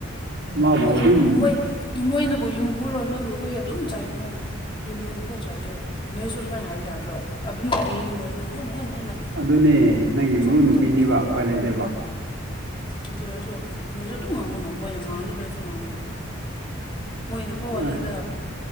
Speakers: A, on the right; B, on the left.
A: ꯃꯥꯕꯨ
B: ꯃꯣꯏ
A: ꯑꯗꯨꯝ
B: ꯑꯥꯂꯨ ꯃꯣꯏ ꯃꯣꯏꯅꯕꯨ ꯌꯨꯝ ꯄꯨꯔꯣ ꯅꯣꯏꯕꯨ ꯑꯩꯈꯣꯏ ꯑꯗꯨꯝ ꯆꯥꯏꯕꯅꯣꯅꯦ ꯌꯨꯝꯕꯨꯅ ꯄꯣꯠ ꯆꯥꯏꯗꯣꯏꯔꯣ ꯅꯣꯏꯁꯨ ꯑꯗꯨꯃꯥꯏ ꯍꯥꯏꯕ ꯌꯥꯗ꯭ꯔꯣ ꯑꯗꯨꯃꯛꯀꯤꯅꯤ ꯃꯣꯏꯁꯨ ꯍꯦꯟꯅ ꯍꯦꯟꯅ ꯍꯦꯟꯅ
A: ꯑꯗꯨꯅꯦ ꯅꯪꯒꯤ
B: ꯆꯥꯏꯐꯝ
A: ꯃꯔꯨꯞ ꯅꯨꯄꯤꯅꯤꯕ
B: ꯊꯣꯛꯄꯅꯤ
A: ꯎꯄꯥꯏ ꯂꯩꯗꯦꯕ
B: ꯑꯗꯨ ꯑꯣꯏꯔꯁꯨ ꯅꯣꯏꯁꯨ ꯑꯗꯨꯝ ꯉꯥꯡꯉꯨꯅ ꯃꯣꯏꯅ ꯉꯥꯡꯉꯗꯤ ꯅꯣꯏꯁꯨ ꯉꯥꯡꯉꯨꯅ ꯃꯣꯏꯅ ꯀꯣ ꯑꯍꯤꯡꯗ
A: ꯑꯦ